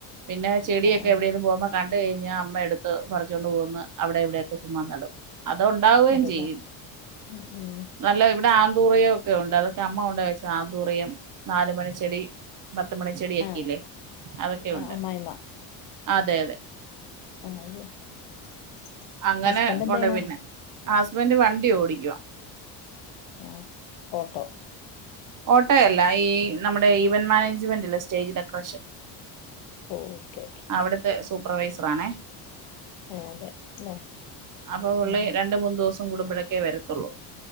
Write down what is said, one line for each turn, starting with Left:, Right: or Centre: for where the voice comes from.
Right: പിന്നെ- ചെടിയൊക്കെ
Left: ആഹ്
Right: എവിടെലും പോവുമ്പോ കണ്ട് കഴിഞ്ഞാ അമ്മ എടുത്ത് പറിച്ചുകൊണ്ട് പോന്ന് അവിടെ ഇവിടെയൊക്കെ ചുമ്മാ നടും. അത് ഉണ്ടാവുകയും
Left: നടൂല
Right: ചെയ്യും.
Left: ഉം ഉം
Right: നല്ലത് ഇവിടെ ആന്തൂറിയം ഒക്കെ ഒണ്ട് അതൊക്കെ അമ്മ കൊണ്ട് വെച്ചതാ ആന്തൂറിയം നാല് മണിച്ചെടി. പത്ത് മണി ചെടിയൊക്കില്ലേ
Left: ആഹ്
Right: അതൊക്കെ ഒണ്ട്
Left: അമ്മായിമ്മ
Right: അതെ അതെ.
Left: <unintelligible>
Right: അങ്ങനെ
Left: ഹസ്ബൻഡ് എന്ത്
Right: കൊണ്ട്
Left: ചെയ്യണ്
Right: പോയി പിന്നെ, ഹസ്ബൻഡ് വണ്ടി ഓടിക്കുവാ.
Left: ഏഹ് ഓട്ടോ.
Right: ഓട്ടോയല്ല ഈ നമ്മുടെ ഈവന്റ് മാനേജ്മെന്റില്ലേ സ്റ്റേജ് ഡെക്കറേഷൻ.
Left: ഓഹ് ഓക്കെ ഓക്കെ.
Right: അവിടുത്തെ സൂപ്പർവൈസറാണേ.
Left: ആഹ് അതെ അല്ലെ
Right: അപ്പൊ പുള്ളി
Left: ഉം
Right: രണ്ട് മൂന്ന് ദിവസം കൂടുമ്പോഴൊക്കെ വരതൊള്ളൂ.